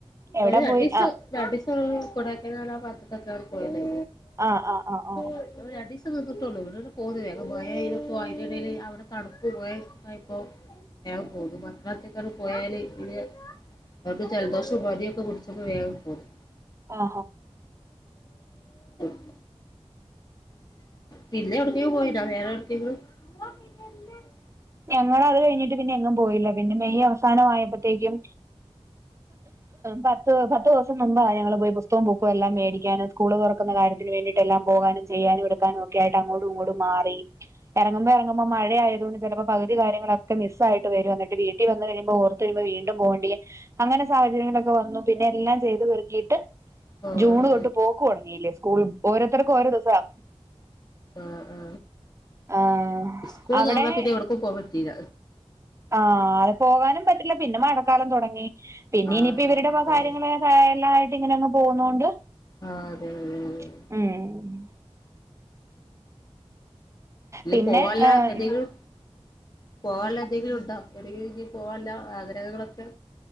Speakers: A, on the right (about 25°); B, on the left (about 35°).
A: എവിടാ
B: ഒരു രണ്ടീസം
A: പോയി ആ
B: രണ്ടീസം കൊടയ്ക്കനാലാപാത്ത്കൊക്കാണ് പോയത്.
A: ആഹ് ആഹ് ആഹ് ആഹ്
B: ഓ രണ്ടീസം നിക്കത്തൊള്ളൂ <unintelligible> പോന്നു വേഗം മയ പെയ്തപ്പോ അയ്ന്റെടെല് അവടെ തണുപ്പ് പോയപ്പോ വേഗം പോന്നു മക്കളെറ്റൊക്കെ പോയാല് തീരെ അവക്ക് ജലദോഷം പനിയൊക്കെ പുടിച്ചപ്പോ വേഗം പോന്നു <inaudible>
A: ആ ആ
B: <inaudible> പിന്നെ എവ്ട്ക്കേങ്കിലും പോയിനോ വേറെ എവിട്ക്കെങ്കിലും <unintelligible>
A: ഞങ്ങളത് കഴിഞ്ഞിട്ട് പിന്നെ എങ്ങും പോയില്ല പിന്നെ മെയ് അവസാനം ആയപ്പത്തേക്കും പത്ത് പത്ത് ദിവസം മുമ്പാ ഞങ്ങള് പോയി പുസ്തകം ബുക്കും എല്ലാം മേടിക്കാന് സ്കൂള് തൊറ ക്കുന്ന കാര്യത്തിന് വേണ്ടിട്ട് എല്ലാം പോകാനും ചെയ്യാനും എടുക്കാനും ഒക്കെ ആയിട്ട് അങ്ങോട്ടുമിങ്ങോട്ടും മാറി എറങ്ങുമ്പോ എറങ്ങുമ്പ മഴ ആയത് കൊണ്ട് ചെലപ്പോ പകുതി കാര്യങ്ങളൊക്കെ മിസ്സായിട്ട് വരും എന്നിട്ട വീട്ടി വന്ന് കഴിയുമ്പോ ഓർത്ത് കഴിയുമ്പോ വീണ്ടും പോവേണ്ടി അങ്ങനെ സാഹ ങ്ങളൊക്കെ വന്നു പിന്നെ എല്ലാം ചെയ്ത് പെറുക്കിട്ട്
B: ആഹ്
A: ജൂണ്
B: ആഹ്
A: തൊട്ട് പോക്ക് തൊടങ്ങിയില്ലേ സ്കൂൾ ഓരോത്തർക്ക് ഓരോ ദിവസവാ
B: ആ ആ
A: ആഹ്
B: സ്കൂള്ന്ന്
A: അവിടെ
B: തൊറന്ന പിന്നെ എവ്ട്ക്കും പോവാൻ പറ്റീല.
A: ആ അല്ല പോകാനും പറ്റില്ല പിന്നെ മഴക്കാലം തൊടങ്ങി പിന്നെ
B: ആഹ്
A: ഇനിയിപ്പോ ഇവരുടെ
B: അതെ
A: വക കാര്യങ്ങള് <unintelligible> ഇങ്ങനെ അങ്ങ് പോകുന്നൊണ്ട്
B: ആഹ് അതെ അതെ അതെ അതെ
A: ഉം
B: ഇനി
A: പിന്നെ
B: പോവാല്ല
A: ഏഹ്
B: എതെങ്കിലും പോകാൻള്ളന്തെങ്കിലും ഉണ്ടോ? എവിടെങ്കിലുംഞ്ഞി പോകാന്ള്ള ആഗ്രഹങ്ങളൊക്കെ?